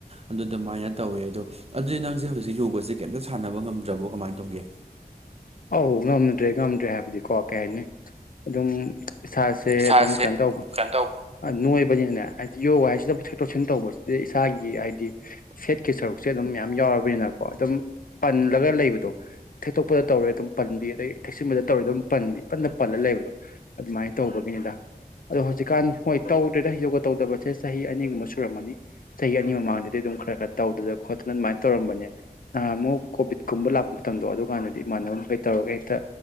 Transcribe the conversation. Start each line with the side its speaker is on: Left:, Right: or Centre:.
Right: ꯑꯗꯨ ꯑꯗꯨꯃꯥꯏꯅ ꯇꯧꯋꯦ ꯑꯗꯣ ꯑꯗꯨꯗꯤ ꯅꯪꯁꯦ ꯍꯧꯖꯤꯛ ꯌꯣꯒꯁꯦ ꯀꯩꯝꯇ ꯁꯥꯟꯅꯕ ꯉꯝꯗ꯭ꯔꯕꯣ ꯀꯃꯥꯏꯅ ꯇꯧꯒꯦ
Left: ꯑꯧ ꯉꯝꯗ꯭ꯔꯦ ꯉꯝꯗ꯭ꯔꯦ ꯍꯥꯏꯕꯗꯤꯀꯣ ꯀꯩ ꯍꯥꯏꯅꯤ ꯑꯗꯨꯝ ꯏꯁꯥ ꯍꯦ
Right: ꯏꯁꯥꯁꯦ
Left: ꯑꯗꯨꯝ ꯀꯩꯅꯣ ꯇꯧꯕ
Right: ꯀꯩꯅꯣ ꯇꯧ
Left: ꯅꯣꯏꯕꯅꯤꯅꯅꯦ ꯍꯥꯏꯗꯤ ꯌꯣꯒꯥ ꯍꯥꯏꯁꯤꯗ ꯊꯦꯛꯇꯣꯛ ꯊꯦꯛꯁꯤꯟ ꯇꯧꯕꯁꯤꯗ ꯏꯁꯥꯒꯤ ꯍꯥꯏꯗꯤ ꯐꯦꯠꯀꯤ ꯁꯔꯨꯛ ꯁꯦ ꯑꯗꯨꯝ ꯃꯌꯥꯝ ꯌꯥꯎꯔꯕꯅꯤꯅꯀꯣ ꯑꯗꯨꯝ ꯄꯜꯂꯒ ꯂꯩꯕꯗꯣ ꯊꯦꯛꯇꯣꯛꯄꯗ ꯇꯧꯔꯦ ꯑꯗꯨꯝ ꯄꯟꯕꯤ ꯑꯗꯩ ꯊꯦꯛꯁꯤꯟꯕꯗ ꯇꯧꯔꯦ ꯑꯗꯨꯝ ꯄꯟꯕꯤ ꯏꯄꯟꯗ ꯄꯜꯂ ꯂꯩꯕꯗꯣ ꯑꯗꯨꯃꯥꯏꯅ ꯇꯧꯕꯒꯤꯅꯤꯗ ꯑꯗꯣ ꯍꯧꯖꯤꯛꯀꯥꯟ ꯍꯣꯏ ꯇꯧꯗ꯭ꯔꯦꯗ ꯌꯣꯒꯥ ꯇꯧꯗꯕꯁꯦ ꯆꯍꯤ ꯑꯅꯤꯒꯨꯝꯕ ꯁꯨꯔꯝꯃꯅꯤ ꯆꯍꯤ ꯑꯅꯤ ꯃꯃꯥꯡꯗꯗꯤ ꯑꯗꯨꯝ ꯈꯔ ꯈꯔ ꯇꯧꯗꯅ ꯈꯣꯠꯇꯅ ꯑꯗꯨꯃꯥꯏꯅ ꯇꯧꯔꯝꯕꯅꯦ ꯅꯍꯥꯃꯨꯛ ꯀꯣꯚꯤꯠꯀꯨꯝꯕ ꯂꯥꯛꯄ ꯃꯇꯝꯗꯣ ꯑꯗꯨꯀꯥꯟꯗꯗꯤ ꯏꯃꯥꯟꯅꯕ ꯈꯩ ꯇꯧꯔꯒ ꯍꯦꯛꯇ